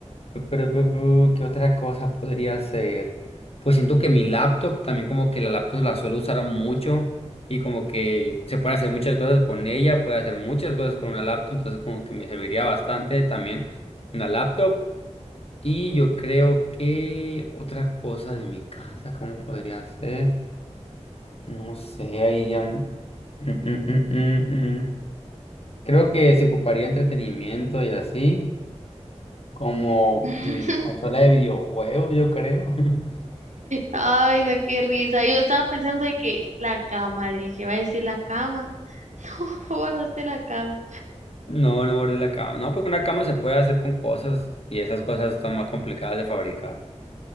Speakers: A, on the left; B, on the right.
A: Pero, pero, pero, ¿qué otra cosa podría hacer? Pues siento que mi laptop, también como que la laptop la suelo usar mucho y como que se pueden hacer muchas cosas con ella, puede hacer muchas cosas con una laptop, entonces como que me serviría bastante también una laptop. Y yo creo que otra cosa de mi casa, ¿cómo podría ser? No sé, ahí ya... mm, mm, mm, mm, mm. Creo que se ocuparía entretenimiento y así. Como
B: <laughs>
A: mi consola de videojuegos, yo creo. <laughs>
B: Ay, no, qué risa. Yo estaba pensando de que la cama, dije, va a decir la cama. <laughs> Guardaste la cama.
A: No, no guardé la cama. No, porque una cama se puede hacer con cosas y esas cosas son más complicadas de fabricar.